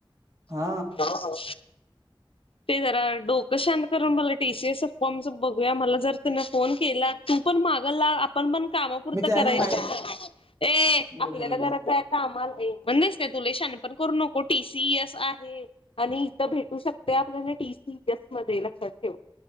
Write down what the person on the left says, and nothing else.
हो ते जरा डोकं शांत करून मला टीसीएस फॉर्म बघूया मला जर त्यांना फोन केला तू पण माग ला आपण पण कामापुरत
करायच
ए
आपल्याला
कराच
आहे कामाला आहे म्हणसते तु ल शान पण करू नको टीसी एस आहे आणि इथं भेटू शकत ीी म लक्षात ठे